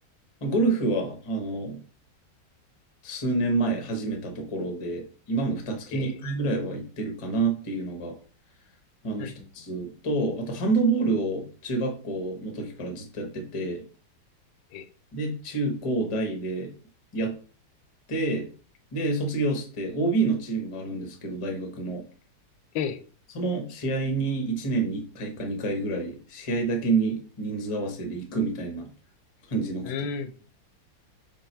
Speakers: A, on the left; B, on the left.
A: まあゴルフは、あの、数年前始めたところで、今も2月に1回ぐらいは行ってるかなっていうのが、
B: ええ、
A: あの一つと、
B: うん、うん、うん
A: あとハンドボールを中学校の時からずっとやってて、
B: ええ、
A: で、中高大でやって、で、卒業して OB のチームがあるんですけど、大学の。
B: ええ、
A: その試合に1年に1回か2回ぐらい、試合だけに人数合わせで行くみたいな感じのこと。
B: うん、